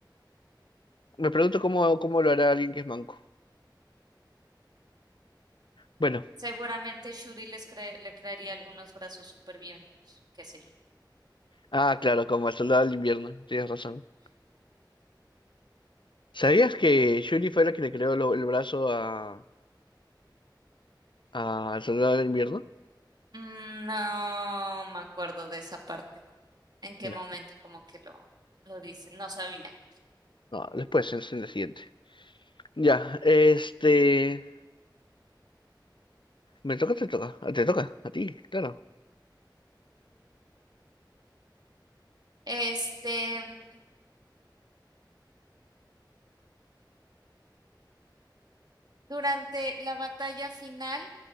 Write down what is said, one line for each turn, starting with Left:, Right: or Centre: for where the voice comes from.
Left: Me pregunto cómo, cómo lo hará alguien que es manco. Bueno,
Right: Seguramente Shuri les cre- le crearía algunos brazos superbiónicos, qué sé yo.
Left: ah, claro, como el soldado del invierno, tienes razón. ¿Sabías que Shuri fue la que le creó lo- el brazo a, Ah, ¿el soldado del invierno?
Right: Mm, No me acuerdo de esa parte, en qué
Left: Ya.
Right: momento como que lo, lo dicen, no sabía.
Left: No, después, es en la siguiente. Ya, este... ¿Me toca o te toca? Ah, Te toca, a ti, claro.
Right: Este, durante la batalla final,